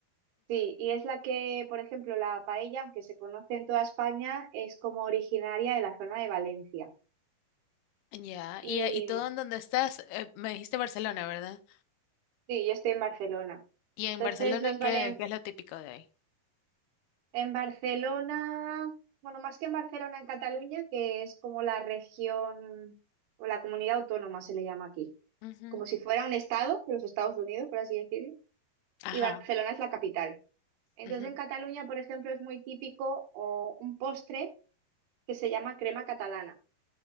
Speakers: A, on the right (about 80°); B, on the left (about 85°).
A: sí, y es la que, por ejemplo, la paella, aunque se conoce en toda España, es como originaria de la zona de Valencia.
B: Ya,
A: Y
B: y, eh, y tú en donde estás, eh, me dijiste Barcelona, ¿verdad?
A: sí, yo estoy en Barcelona.
B: Y en
A: Entonces,
B: Barcelona,
A: los
B: ¿qué,
A: valen
B: qué es lo típico de ahí?
A: en Barcelona, bueno, más que en Barcelona, en Cataluña, que es como la región o la comunidad autónoma se le llama aquí,
B: Ujú,
A: como si fuera un estado de los Estados Unidos, por así decirlo.
B: Ajá.
A: y Barcelona es la capital. Entonces
B: ujú,
A: en Cataluña, por ejemplo, es muy típico o, un postre que se llama crema catalana,